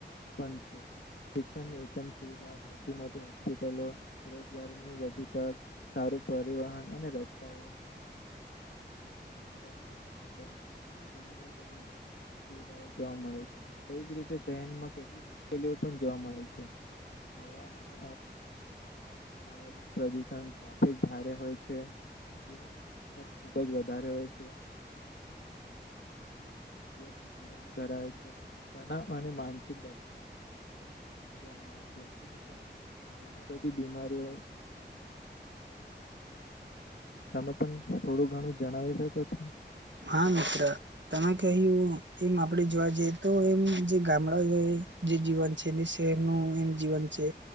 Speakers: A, on the left; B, on the right.
A: <unintelligible> શિક્ષણની ઉત્તમ સુવિધા મોટી મોટી હોસ્પિટલો, રોજગારીની વધુ તક સારું પરિવહન અને રસ્તાઓ ઇન્ટરનેટ, બેંકિંગ અને ડિજિટલ સુવિધાઓ જોવા મળે છે. એવીજ રીતે શહેરમાં કેટલી મુશ્કેલીઓ પણ જોવા મળે છે. હવા અને અવાજનું પ્રદુષણ ટ્રાફિક ભારે હોય છે. <unintelligible> ખુબ જ વધારે હોય છે. <inaudible> વ્યસ્ત જીવન ધરાય તણાવ અને માનસિક જોવા મળે છે અને ઘણી બધી બીમારીઓ તમે પણ થોડું ઘણું જણાવી શકો છો?
B: હા, મિત્ર. તમે કહ્યું એમ આપડે જોવા જઈએ તો, એમ જે ગામડા ગ જે જીવન છે એને શહેરનું એમ જીવન છે